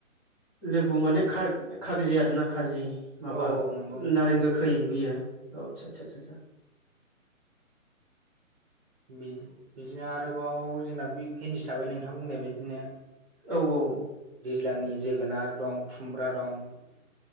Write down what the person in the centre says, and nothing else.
लेबु माने- खाग खागजि आर ना खाजि माबा
नारें गोखै बैयो औ आसासा सा सा
औ औ